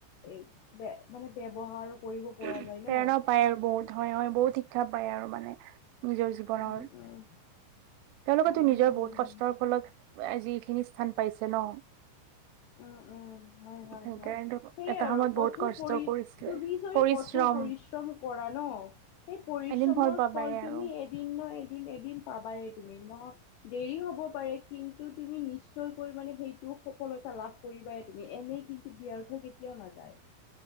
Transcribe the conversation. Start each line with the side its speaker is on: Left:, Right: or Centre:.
Left: এই বে মানে ব্যৱহাৰ কৰিব পৰা
Right: প্ৰেৰণা
Left: যায় ন
Right: পায় আৰু বহুত হয় হয় বহুত শিক্ষা পায় আৰু মানে নিজৰ জীৱন জীৱনৰ
Left: উম উম
Right: তেওঁলোকেতো
Left: উম
Right: নিজৰ
Left: উম
Right: বহুত কষ্টৰ ফলত আজি এইখিনি স্থান পাইছে ন
Left: উম উম হয় হয়
Right: সেইকাৰণে
Left: হয় সেইয়াই
Right: এটা সময়ত
Left: আৰু
Right: বহুত
Left: কঠোৰ
Right: কষ্ট
Left: পৰি
Right: কৰিছিলে।
Left: তুমি
Right: পৰিশ্ৰম
Left: এই কঠোৰ পৰিশ্ৰম কৰা ন সেই পৰিশ্ৰমৰ
Right: এদিন পাবাই
Left: ফল তুমিয়ে
Right: আৰু।
Left: এদিন নহয় এদিন এদিন পাবাই তুমি নহয় দেৰি হ'ব পাৰে কিন্তু তুমি নিশ্চয়কৈ মানে সেইটো সফলত সফলতা লাভ কৰিবাই তুমি এনেই কিন্তু ব্যৰ্থ কেতিয়াও নাযায়।